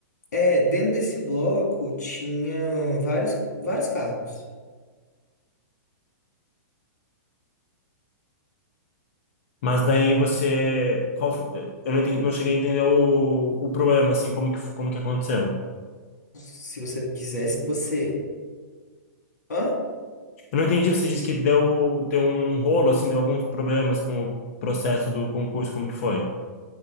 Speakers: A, on the left; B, on the left.
A: é, dentro desse bloco tinha vários, vários carros.
B: Mas daí você, qual fo- eu não entendi, não cheguei a entender o, o problema, assim, como que, como que aconteceu.
A: Se você quisesse, você. Hã?
B: Eu não entendi, você disse que deu, deu um rolo, assim, deu alguns problemas com o processo do concurso, como que foi?